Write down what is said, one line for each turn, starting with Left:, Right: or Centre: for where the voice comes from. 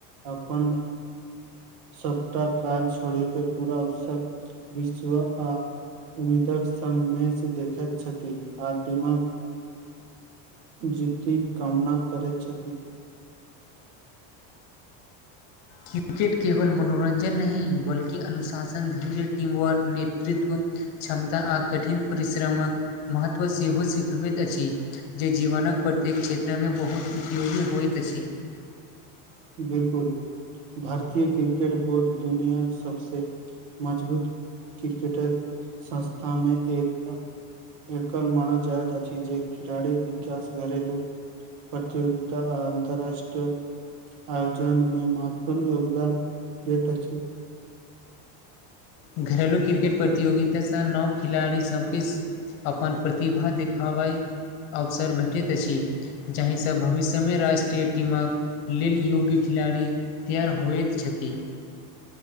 Right: अपन सबपटा काज छोड़िक के पूरा उत्साह विश्व आ उम्मीदक संग मेच देखैत छथि आ टीमक जीती कामना करैत छथि
Left: क्रिकेट केवल मनोरञ्जन नहि बल्कि अनुशासन धैर्य टीम वर्क नेतृत्व क्षमता आ कठिन परिश्रमक महत्व सेहो सिखबैत अछि जे जीवनक प्रत्येक क्षेत्रमे बहुत उपयोगी होइत अछि
Right: बिलकुल भारतीय क्रि क्रिकेट बोर्ड दुनियाक सबसे मजबूत क्रिकेटर संस्था मे एक एकल मानवजायात अछिथ जे खिलड़ी विकास करेलू प्रतियोगिता आ अन्तर्राष्ट्रीय आयोजन मे महत्वपूर्ण योगदान दैत अछि
Left: घरेलु क्रिकेट प्रतियोगिता संग नव खेलाड़ी सबके अपन प्रतिभा देखाबय अवसर भेटैत अछि जाहि सँ भविष्यमे राष्ट्रीय टीमक लेल योग्य खिलाड़ी तैयार होइत छथि